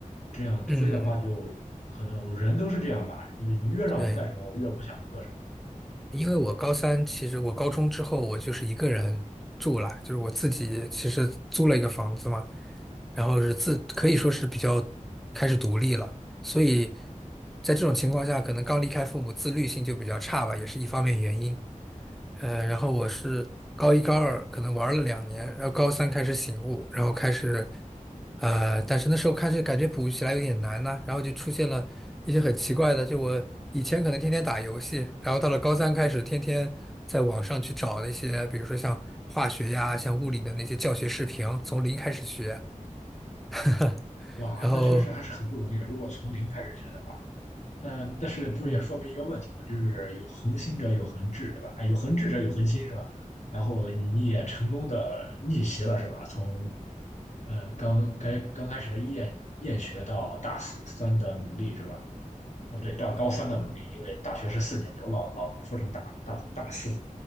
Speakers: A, on the left; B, in the centre.
A: 这样推的话就可能我人都是这样吧，
B: 嗯，
A: 就是你越让我干什么，
B: 对，
A: 我越不想做什么。
B: 因为我高三，其实我高中之后我就是一个人住了，就是我自己其实租了一个房子嘛，然后是自可以说是比较开始独立了，所以在这种情况下，可能刚离开父母，自律性就比较差吧，也是一方面原因。呃，然后我是高一高二可能玩了两年，然后高三开始醒悟，然后开始，呃，但是那时候开始感觉补起来有点难呢、然后就出现了一些很奇怪的，就我以前可能天天打游戏，然后到了高三开始天天在网上去找那些，比如说像化学呀、像物理的那些教学视频，从零开始学，<laughs>
A: 哇，
B: 然后。
A: 那确实还是很不容易的。如果从零开始学的话，那但是不是也说明一个问题吗？
B: 嗯。
A: 就是有恒心者有恒志，对吧？哎，有恒志者有恒心是吧？然后你你也成功的逆袭了是吧？从呃刚该刚开始的厌厌学到大四三的努力是吧？哦，不对，到高三的努力，因为大学是四年级，我老老说成大大大四